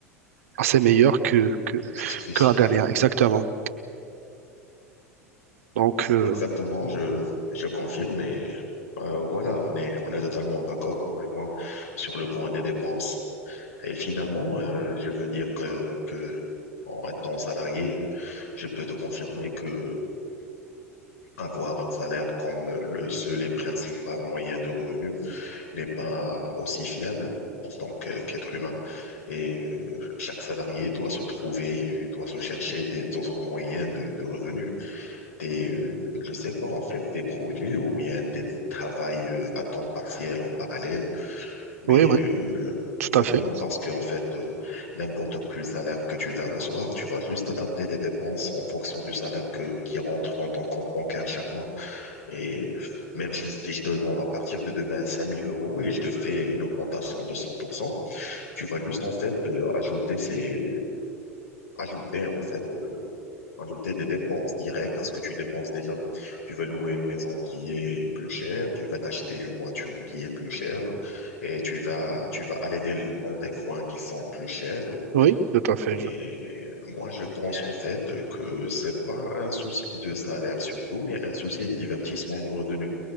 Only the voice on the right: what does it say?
assez meilleure que, que
que la dernière,
exactement. Donc euh,
oui, oui,
tout
à fait,
oui, tout à fait.
Je...